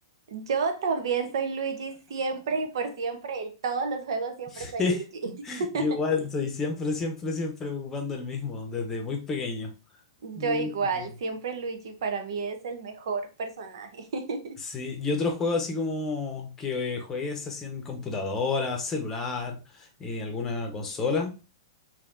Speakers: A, on the right; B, on the left.
A: Yo también soy Luigi, siempre y por siempre, en todos los juegos siempre
B: <laughs>
A: soy Luigi. <laughs>
B: Yo igual soy siempre, siempre, siempre ocupando el mismo, desde muy pequeño.
A: Yo
B: Muy, muy
A: igual,
B: pequeño.
A: siempre Luigi para mí es el mejor personaje. <laughs>
B: Sí, y otro juego así como que eh, juegues así en computadora, celular, eh, alguna consola.